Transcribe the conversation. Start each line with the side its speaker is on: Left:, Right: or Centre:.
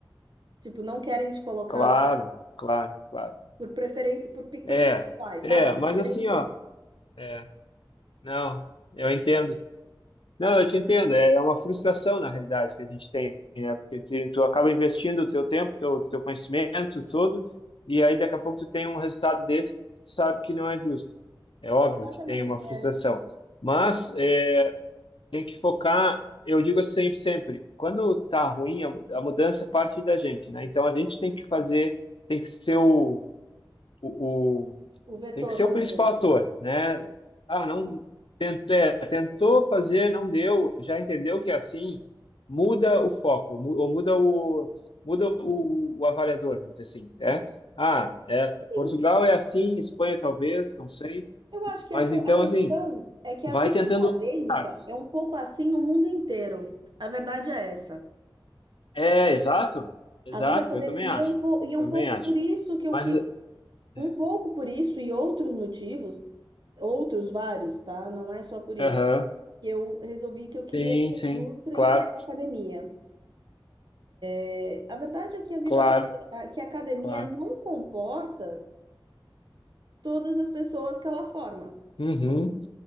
Right: tipo, não querem te colocar
Left: claro,
Right: lá
Left: claro, claro.
Right: por preferência, por picuinhas
Left: É,
Right: pessoais,
Left: é,
Right: sabe? Preferências.
Left: mas assim, ó, é, não, eu entendo. Não, eu te entendo. É é uma frustração, na realidade, que a gente tem, né? Porque tu, tu acaba investindo o teu tempo, teu, teu conhecimento todo, e aí daqui a pouco tu tem um resultado desse que tu sabe que não é justo. É óbvio
Right: Exatamente,
Left: que tem uma frustração.
Right: é
Left: Mas é, tem que focar, eu digo assim sempre, quando tá ruim, a mu- a mudança parte da gente, né? Então a gente tem que fazer, tem que ser o, o,
Right: o vetor
Left: tem que ser
Right: da
Left: o
Right: mudança.
Left: principal ator, né? Ah, não tentou, é, tentou fazer, não deu, já entendeu que é assim, muda o foco, mu- ou muda o muda o, o avaliador, vamos dizer assim, né? Ah, é,
Right: Sim,
Left: Portugal é assim, Espanha talvez, não sei,
Right: eu acho que
Left: mas
Right: a, co-
Left: então
Right: a questão
Left: assim,
Right: é que
Left: vai
Right: a vida
Left: tentando
Right: acadêmica
Left: outros mercados.
Right: é um pouco assim no mundo inteiro. A verdade é essa.
Left: É, exato, exato,
Right: A vida acadêmica,
Left: eu também
Right: e
Left: acho,
Right: é um, po- e
Left: eu
Right: é
Left: também
Right: um pouco
Left: acho.
Right: por isso que eu
Left: Mas,
Right: quis, um
Left: é,
Right: pouco por isso e outros motivos, outros vários, tá? Não é só por isso,
Left: aham,
Right: que eu resolvi que eu queria
Left: sim,
Right: ir para
Left: sim,
Right: a indústria
Left: claro,
Right: e sair da academia. É, a verdade é que a
Left: claro,
Right: vida, aca- a- que a academia
Left: claro.
Right: não comporta todas as pessoas que ela forma.
Left: Uhum.